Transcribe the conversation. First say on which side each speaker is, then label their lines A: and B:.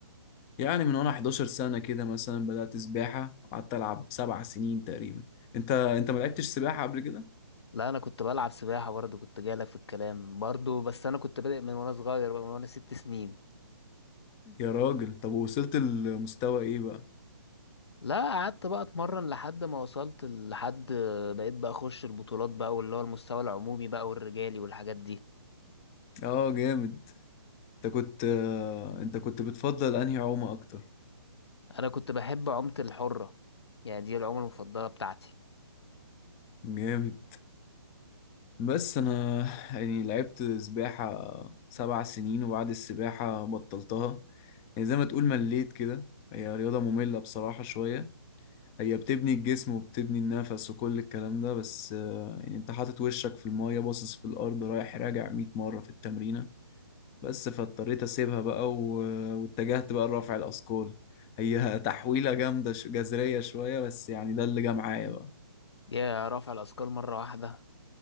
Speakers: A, on the left; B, on the left.
A: يعني من وانا 11 سنه كده مثلا بدات سباحه قعدت العب سبع سنين تقريبا انت انت ما لعبتش سباحه قبل كده
B: لا انا كنت بلعب سباحة برضه كنت جايلك في الكلام برضه بس انا كنت بادئ من وانا صغير بقى من وانا ست سنين
A: يا راجل طب وصلت لمستوى ايه بقى
B: لا قعدت بقى اتمرن لحد ما وصلت لحد بقيت بقى اخش البطولات بقى واللي هو المستوى العمومي بقى والرجالي والحاجات دي
A: اه جامد انت كنت آه، انت كنت بتفضل انهي عومه اكتر
B: انا كنت بحب عومة الحرة يعني دي العومة المفضلة بتاعتي
A: جامد بس انا يعني لعبت سباحة سبع سنين وبعد السباحة بطلتها يعني زي ما تقول مليت كده هي رياضة مملة بصراحة شوية هي بتبني الجسم وبتبني النفس وكل الكلام ده بس آه، يعني انت حاطط وشك في المية باصص في الارض رايح راجع 100 مرة في التمرينة بس فاضطريت اسيبها بقى و- واتجهت بقى لرفع الاثقال هي <laughs> تحويلة جامدة ش- جذرية شوية بس يعني ده اللي جه معايا بقى
B: يا رفع الاثقال مرة واحدة